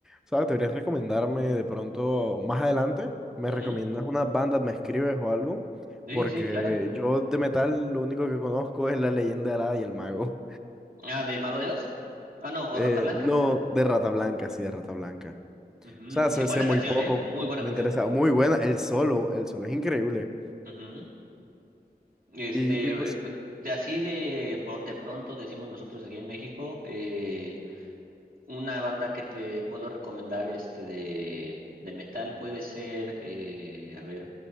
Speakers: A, in the centre; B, on the right.
A: O sea, ¿deberías recomendarme de pronto más adelante? ¿Me
B: Ujú.
A: recomiendas una banda? ¿Me escribes o algo?
B: Sí,
A: Porque
B: sí, claro.
A: yo de metal lo único que conozco es la leyenda de Alada y el mago.
B: Ah, ¿de Mago de Oz? Ah, no, o
A: Eh,
B: Rata Blanca.
A: no de Rata Blanca, sí, de Rata Blanca.
B: Ujú,
A: sea, sé,
B: Sí, buena
A: sé muy
B: canción,
A: poco.
B: ¿eh? Muy buena
A: Me
B: canción.
A: interesa. Muy buena. El solo, el solo es increíble.
B: Ujú. Este,
A: Y, y pues,
B: eh, p- de así de bote pronto decimos nosotros aquí en México, eh, una banda que te puedo recomendar este de, de metal puede ser, eh, a ver,